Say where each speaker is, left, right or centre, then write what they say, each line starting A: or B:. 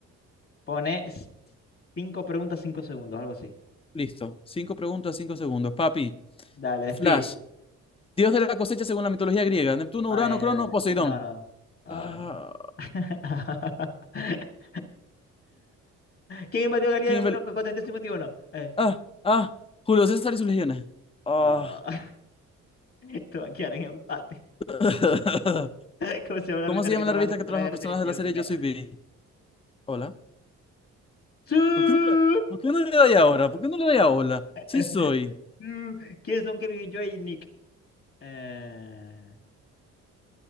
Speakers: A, on the left; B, on the left.
A: Pone s- cinco preguntas, cinco segundos, algo así.
B: Listo. Cinco preguntas, cinco segundos. Papi,
A: Dale,
B: Flash,
A: speed.
B: dios de la cosecha según la mitología griega. Neptuno,
A: Imagínate.
B: Urano, Crono, Poseidón.
A: No, no. Ah.
B: Ah,
A: <laughs> ¿Quién invadió Galilea
B: Kimbel.
A: en 1451? Eh.
B: Ah, ah, Julio César y sus legiones. Ah.
A: Ah, <laughs> te va a quedar en empate.
B: <laughs>
A: <laughs> ¿Cómo se llama la
B: ¿Cómo
A: ruta
B: se
A: en la
B: llama
A: que trabajan
B: la revista
A: los personajes
B: que trabajan los
A: de la
B: personajes
A: serie? Yo
B: de la serie
A: soy Bea.
B: Yo Soy Vivi? Hola.
A: ¡Sí!
B: ¿Por qué no, le- por qué no le doy ahora? ¿Por qué no le doy a hola? Sí
A: ¡Sí!
B: soy.
A: ¿Quiénes son Kevin, Joy y Nick? Eh,